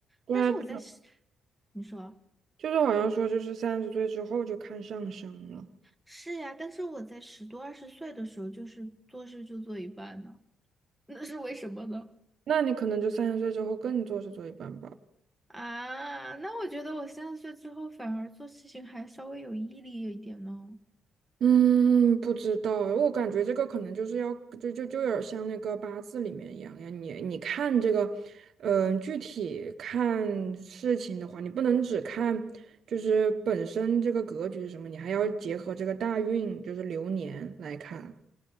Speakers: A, on the right (about 60°); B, in the centre.
A: 对啊，
B: 但是我在，你说。
A: 就是好像说就是三十岁之后就看上升了，
B: 是呀，但是我在十多二十岁的时候，就是做事就做一半呢，那是为什么呢？
A: 那你可能就三十岁之后更做事做一半吧。
B: 啊，那我觉得我三十岁之后反而做事情还稍微有毅力一点呢。
A: 嗯，不知道，我感觉这个可能就是要就就就有点像那个八字里面一样呀。你你看这个，嗯、具体看事情的话，你不能只看就是本身这个格局是什么，你还要结合这个大运，就是流年来看。